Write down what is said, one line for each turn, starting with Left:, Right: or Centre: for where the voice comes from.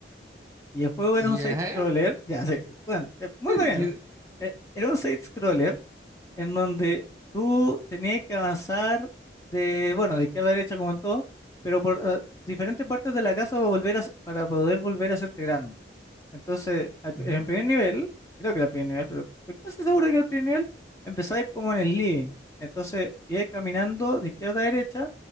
Left: Y el juego era
Right: ¿Ya?
Left: un side-scroller, ya sé, bueno, eh, muy
Right: <laughs>
Left: relleno.
Right: ¿Qué?
Left: Eh, era un side-scroller en donde tú tenías que avanzar de, bueno, de izquierda a derecha como en todo, pero por ah, diferentes partes de la casa para volver a, s- para poder volver a hacerte grande. Entonces, al-
Right: Ujú.
Left: en el primer nivel, creo que era el primer nivel, pero estoy casi seguro de que era el primer nivel, empezaba como en el living. Entonces, iba caminando de izquierda a derecha